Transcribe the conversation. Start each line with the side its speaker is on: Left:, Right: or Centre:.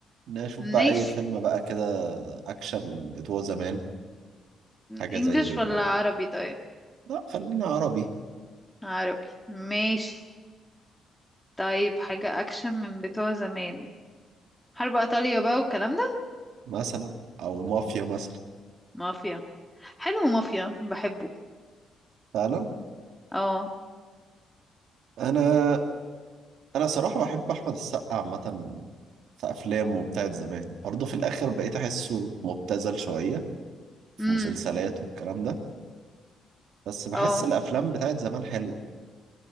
Right: نشوف
Centre: ماشي
Right: بقى اي فيلم بقى كده اكشن من بتوع زمان حاجة
Centre: انجلش
Right: زي
Centre: ولا عربي طيب
Right: لا خلينا عربي
Centre: عربي ماشي طيب حاجة اكشن من بتوع زمان حرب ايطاليا بقى والكلام ده
Right: مثلا او مافيا مثلا
Centre: مافيا حلو مافيا بحبه
Right: فعلا
Centre: اه
Right: انا انا صراحه بحب احمد السقا عامه في افلامه بتاعت زمان برضه في الاخر بقيت احسه مبتذل شويه في
Centre: امم
Right: مسلسلات والكلام ده بس بحس
Centre: اه
Right: الافلام بتاعت زمان حلوه